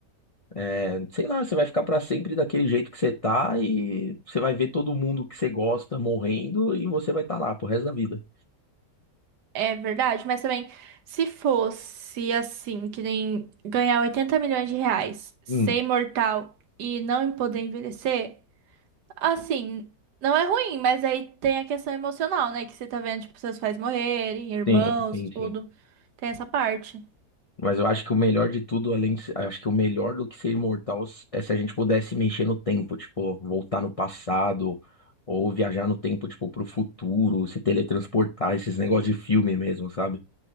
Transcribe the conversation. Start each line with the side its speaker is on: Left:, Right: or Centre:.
Left: é, sei lá, você vai ficar pra sempre daquele jeito que você tá e você vai ver todo mundo que você gosta morrendo e você vai estar tá lá pro resto da vida.
Right: é verdade. Mas também, se fosse assim, que nem ganhar 80 milhões de reais, ser
Left: Hum,
Right: imortal e não poder envelhecer, assim, não é ruim, mas aí tem a questão emocional, né? Que você tá vendo, tipo, seus pais morrerem, irmãos,
Left: sim, sim,
Right: tudo.
Left: sim.
Right: Tem essa parte.
Left: Mas eu acho que o melhor de tudo, além de, se- acho que o melhor do que ser imortal s- é se a gente pudesse mexer no tempo, tipo, voltar no passado ou viajar no tempo, tipo, pro futuro, se teletransportar, esses negócios de filme mesmo, sabe?